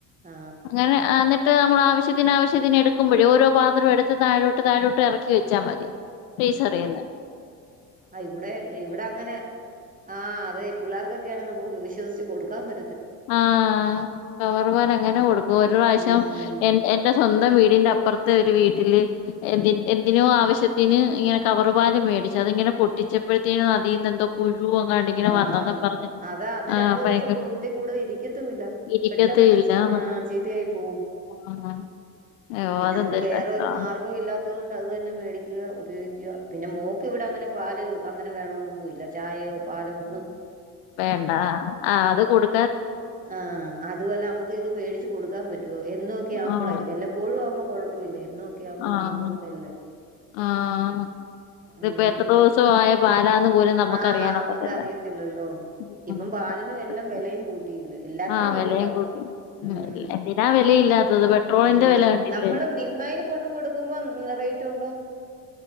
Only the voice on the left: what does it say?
അങ്ങനെ എന്നിട്ട് നമ്മൾ ആവശ്യത്തിനന് ആവശ്യത്തിന് എടുക്കുമ്പോഴേ ഓരോ പാത്രം എടുത്ത് താഴോ താഴോട്ട് ഇറക്കി വെച്ചാൽ മതി
േസ്റിയുന്ന
ആഹ കവർ പോല എങ്ങനെ കൊടുക്കും ഒരു പ്രാവശ്യം
എ എൻറെ സ്വന്ത വീടിന്റെ അപ്പുറത്തെ ഒരു വീട്ടില് എ എന്തിനോ ആവശ്യത്തിന് ഇങ്ങനെ കവറുപാാല മേടിച്ച അതിങ്ങന പൊിച്ചപ്പോഴത്തേ അീന്ന് എന്തോ എങ്ങാണ്ട് ഇങ്ങനെ
വന്നെന്നും പറഞ്ഞ്
ആഹ്
ഭയങ്കര
ഇരിക്കത്തേ
ഇല്ലാന്ന്
ആഹ് അയ്യോ
അതെന്തൊരു
കഷ്ടവാ
വേണ്ട അഹ് ആഹ് അത് കൊടു
ആഹ്
ആഹ്
ആന്ന് ഇതിപ്പോ
എത്ര
ദിവസം ആയ പാലാന്ന് പോലും നമുക്കറിയാനൊക്കത്തില്ല
ഉം
ആഹ് വെലയും
കൂട്ടി
എന്തിനാ വെലയില്ലാത്തത് പെട്രോളിന്റെ
വെല കണ്ടില്ലേ